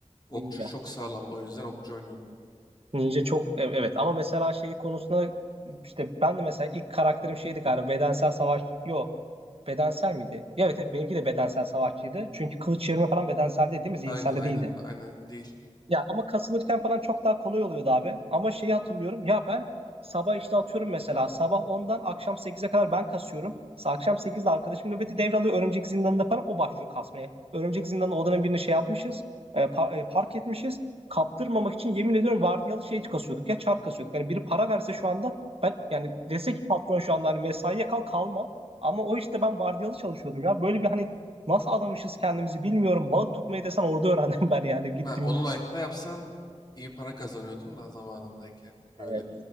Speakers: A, on the left (about 35°); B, on the right (about 50°).
A: okçu
B: Ninja.
A: çok sağlamdı o yüzden okçu oynuyordum.
B: Ninja çok e- evet ama mesela şey konusunda işte ben de mesela ilk karakterim şeydi galiba bedensel savaş yo Bedensel miydi? Evet, evet benimki de bedensel savaşçıydı. Çünkü kılıç çevirme falan bedensel değil, değil mi? Zihinselde
A: Aynen aynen
B: değildi.
A: aynen değil.
B: Ya ama kasılırken falan çok daha kolay oluyordu abi. Ama şeyi hatırlıyorum. Ya ben sabah işte atıyorum mesela. Sabah ondan akşam sekize kadar ben kasıyorum. Sa- Akşam 8'de arkadaşım nöbeti devralıyor. Örümcek zindanında falan o başlıyor kasmaya. Örümcek zindanı odanın birini şey yapmışız. e, pa- e, park etmişiz. Kaptırmamak için yemin ediyorum vardiyalı şey kasıyorduk. Ya çark kasıyorduk. Hani biri para verse şu anda ben yani dese ki patron şu anda hani mesaiye kal kalmam. Ama o işte ben vardiyalı çalışıyordum ya. Böyle bir hani nasıl adamışız kendimizi bilmiyorum. Balık tutmayı desen orada öğrendim <laughs> ben yani gittim.
A: Ha, onu Knight'ta yapsan iyi para kazanıyordun da zamanındayken. Böyle
B: Evet.